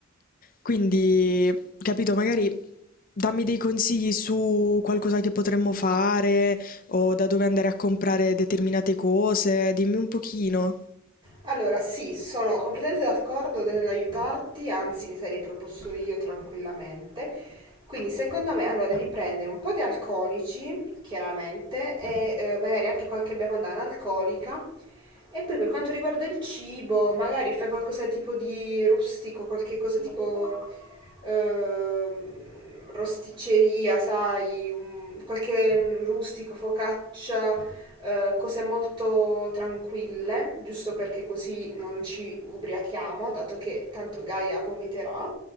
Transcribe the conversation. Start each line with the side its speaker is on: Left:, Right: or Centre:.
Left: quindi, capito, magari dammi dei consigli su qualcosa che potremmo fare o da dove andare a comprare determinate cose, dimmi un pochino.
Right: Allora, sì, sono completamente d'accordo nell'aiutarti, anzi mi sarei proposto io tranquillamente. Quindi secondo me allora devi prendere un po' di alcolici, chiaramente, e eh, magari anche qualche bevanda analcolica E poi per quanto riguarda il cibo, magari fai qualcosa tipo di rustico, qualche cosa tipo ehm, rosticceria, sai, un- qualche mm, rustico, focaccia, eh, cose molto tranquille, giusto perché così non ci ubriachiamo, dato che tanto Gaia vomiterà.